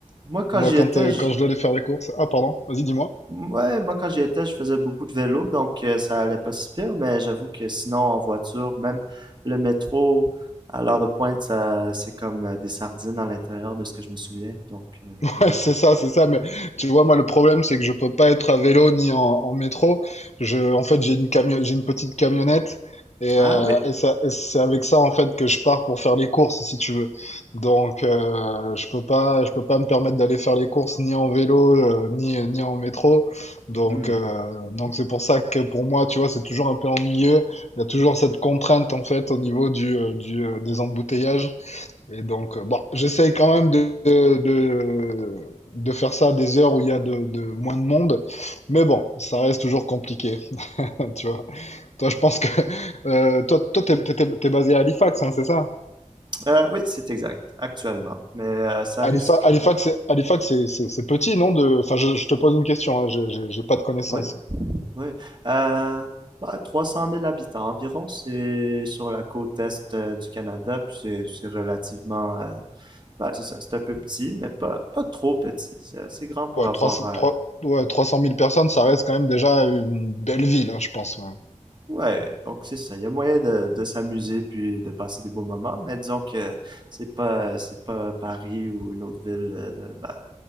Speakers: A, on the right; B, on the left.
A: moi quand
B: moi,
A: j'y
B: quand,
A: étais,
B: euh,
A: j-
B: quand je dois aller faire les courses... Ah, pardon, vas-y, dis-moi.
A: Ouais, moi quand j'y étais, je faisais beaucoup de vélo, donc euh, ça allait pas si pire, mais j'avoue que sinon en voiture, même le métro à l'heure de pointe, ça c'est comme euh, des sardines à l'intérieur de ce que je me souviens. Donc euh,
B: Ouais,
A: ouais.
B: c'est ça, c'est ça. Mais tu vois, moi, le problème, c'est que je peux pas être à vélo ni en, en métro. Je, en fait, j'ai une camio- j'ai une petite camionnette et,
A: Ah
B: euh,
A: oui.
B: et ça, et c'est avec ça en fait que je pars pour faire les courses, si tu veux. Donc, euh, je peux pas, je peux pas me permettre d'aller faire les courses ni en vélo euh, ni ni en métro. Donc,
A: Hmm.
B: euh, donc c'est pour ça que pour moi, tu vois, c'est toujours un peu ennuyeux. Il y a toujours cette contrainte en fait au niveau du, euh, du euh, des embouteillages. Et donc, euh, bon, j'essaye quand même de, de, de faire ça à des heures où il y a de, de moins de monde. Mais bon, ça reste toujours compliqué. <laughs> Tu vois. Toi, je pense que euh, toi, toi, t'es, t'es- t'es- t'es basé à Halifax, hein, c'est ça?
A: Euh, oui, c'est exact, actuellement. Mais euh, ça risque.
B: Halifa- Halifax, c'est Halifax, c'est c'est- c'est petit, non? De... Enfin, je, je te pose une question, hein, j'ai j'ai- j'ai pas de connaissances
A: Oui, oui. Euh, bah, 300 000 habitants environ, c'est sur la côte est euh, du Canada, puis c'est c'est relativement euh, bah, c'est ça, c'est un peu petit, mais pas, pas trop petit. C'est assez grand pour
B: Ouais,
A: avoir
B: 300,
A: euh,
B: trois- ouais, trois cent mille personnes, ça reste quand même déjà une belle ville, hein, je pense. ouais.
A: Ouais, donc c'est ça. Il y a moyen de, de s'amuser puis de passer des beaux moments, mais disons que c'est pas c'est pas Paris ou une autre ville, euh, bah,